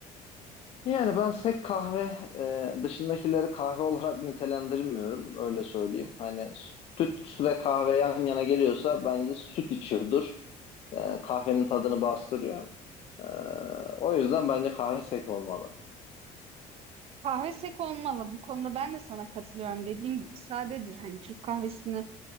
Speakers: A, on the left (about 45°); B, on the right (about 45°).
A: Yani ben sek kahve e, dışındakileri kahve olarak nitelendirmiyorum öyle söyleyeyim. Hani süt ve kahve yan yana geliyorsa bence süt içiyordur. E, kahvenin tadını bastırıyor. E, o yüzden bence kahve sek olmalı.
B: Kahve sek olmalı. Bu konuda ben de sana katılıyorum. Dediğim gibi sadedir. Hani Türk kahvesini